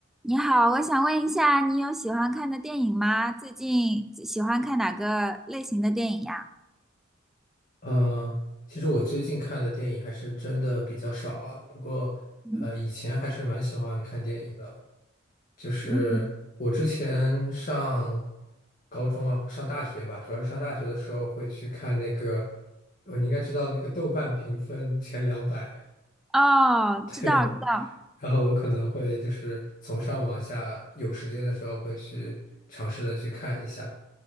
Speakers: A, in the centre; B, on the left.
A: 你好，我想问一下，你有喜欢看的电影吗？最近喜欢看哪个类型的电影呀？
B: 嗯，其实我最近看的电影还是真的比较少啊。不过，
A: 嗯，
B: 呃，以前还是蛮喜欢看电影的。就是我之前上
A: 嗯
B: 高中啊，上大学吧，主要是上大学的时候会去看那个，哦，你应该知道那个豆瓣评分前两百，
A: 哦，
B: <laughs> 对。
A: 知道知道，
B: 然后我可能会就是从上往下，有时间的时候会去尝试的去看一下。